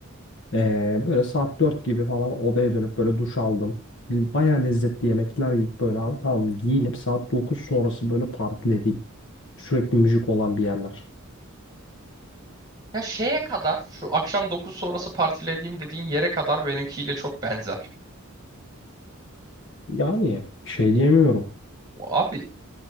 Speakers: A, on the left; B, on the right.
A: Ee, böyle saat 4 gibi falan odaya dönüp böyle duş aldım. Baya lezzetli yemekler yiyip böyle abi tamam giyinip saat 9 sonrası böyle partilediğim. Sürekli müzik olan bir yerler.
B: Ya şeye kadar şu akşam 9 sonrası partilediğim dediğin yere kadar benimkiyle çok benzer.
A: Yani bir şey diyemiyorum.
B: Abi